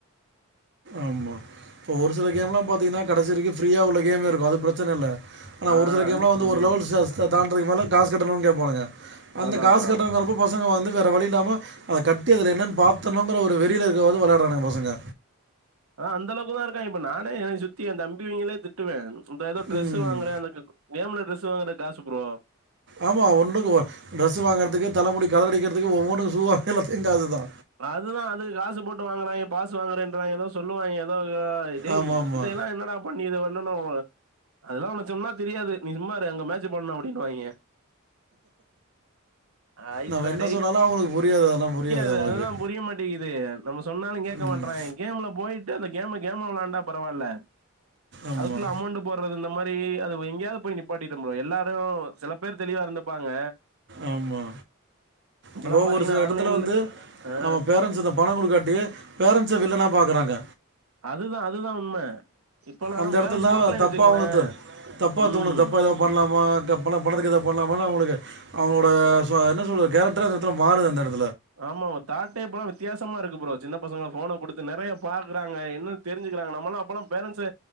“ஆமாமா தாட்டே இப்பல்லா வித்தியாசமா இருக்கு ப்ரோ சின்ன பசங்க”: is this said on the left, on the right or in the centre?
Right